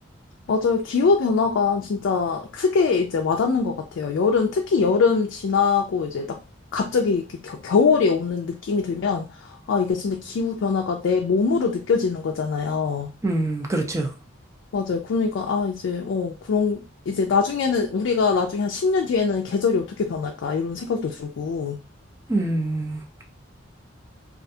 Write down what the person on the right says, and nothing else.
음, 그렇죠.
음,